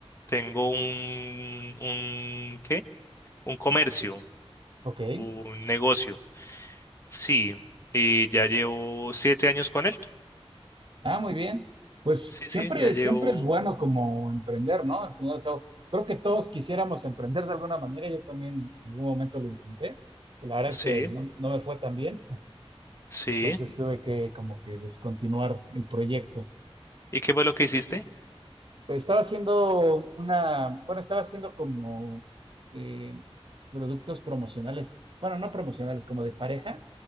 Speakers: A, on the left; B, on the right.
A: tengo un, un, ¿qué? Un comercio,
B: Ok.
A: un negocio, sí, y ya llevo siete años con él,
B: Ah, muy bien. Pues
A: sí,
B: siempre,
A: sí, ya llevo,
B: siempre es bueno como emprender, ¿no? Al fin y al cabo, creo que todos quisiéramos emprender de alguna manera. Yo también en algún momento lo intenté. La verdad
A: sí,
B: es que no, no me fue tan bien,
A: sí,
B: entonces tuve que como que descontinuar el proyecto.
A: ¿y qué fue lo que hiciste?
B: Pues estaba haciendo una, bueno, estaba haciendo como eh, productos promocionales, bueno, no promocionales, como de pareja,